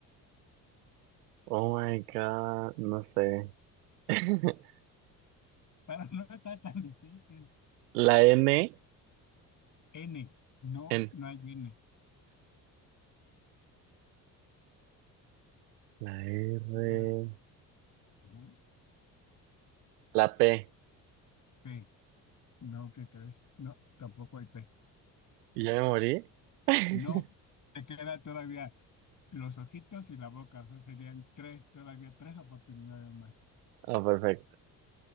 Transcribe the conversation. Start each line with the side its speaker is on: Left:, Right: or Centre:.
Right: Oh my God. No sé. <laughs>
Left: Pero no está tan difícil.
Right: La N.
Left: N, no,
Right: N.
Left: no hay N.
Right: La R,
Left: No hay todavía. Ujú.
Right: la P.
Left: P, no, ¿qué crees? No, tampoco hay P.
Right: ¿Y ya me morí? <laughs>
Left: No, te queda todavía los ojitos y la boca, o sea, serían tres, todavía tres oportunidades más.
Right: Ah, perfecto.